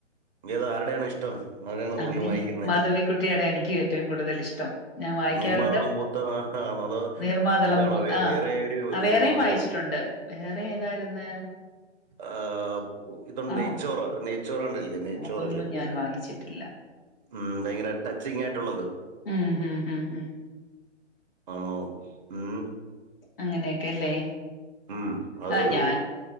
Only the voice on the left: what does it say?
അങ്ങനെ
മാധവിക്കുട്ടിടെയാണ് എനിക്ക് ഏറ്റവും കൂടുതൽ ഇഷ്ടം ഞാൻ വായിക്കാറുണ്ട്
നിർമാതളം
പൂത്ത്
ആഹ്
ആ വേറെയും
വായിച്ചിട്ടുണ്ട് വേറെ ഏതായിരുന്ന്
ആഹ്
അതൊന്നും
ഞാൻ വായിച്ചിട്ടില്ല.
ഉം ഉം ഉം ഉം
അങ്ങനെയൊക്കെല്ലേ
ആഹ് ഞാൻ